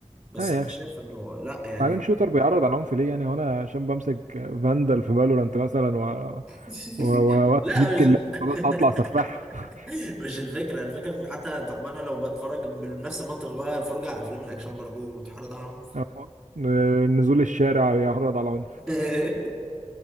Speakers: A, in the centre; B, on the right.
A: بس
B: لا
A: انا
B: يا أخي
A: شايف انه لا يعني
B: بعدين شوتر بيعرض على العنف ليه يعني هو انا عشان بمسك فاندل في فالورانت مثلا و
A: <laughs>
B: و- و-
A: لا
B: واجيب
A: مش
B: كلاب خلاص
A: <laughs>
B: هطلع سفاح <laughs>
A: <laughs> مش الفكرة الفكرة ان حتى طب ما انا لو بتفرج بنفس المنطق بقى الفرجة على افلام الاكشن برضو بتحرض عليهم
B: أهو. آه، نزول الشارع بيعرض على عنف
A: <laughs>